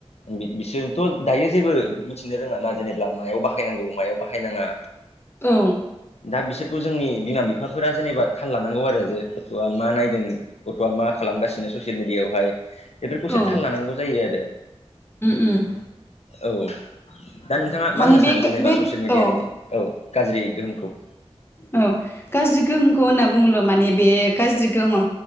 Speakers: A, on the left; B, on the left.
A: बि-बिसोरथ' दायो जेबो मिथिनो रोङाना जेनेबा मायाव बाहायनांगौ मायाव बाहायनाङा।
B: औ
A: दा बिसोरखौ जोंनि बिमा बिफा फोरा जेनेबा थाल लानांगौ आरो जे गथ'आ मा नायदों। गथ'आ मा खालामगासिनो ससियेल मिडियावहाय? बेफोरखौसो
B: औ
A: एसे
B: उम
A: थाल लानांगौ जायो आरो
B: उम
A: औ। दा नोंथाङा
B: माने
A: मा होननो
B: बे
A: सानो जेनेबा
B: बे
A: ससियेल मिडियानि
B: औ
A: औ गाज्रि गोहोमखौ?
B: औ गाज्रि गोहोमखौ होनना बुङोब्ला माने बे गाज्रि गोहोमा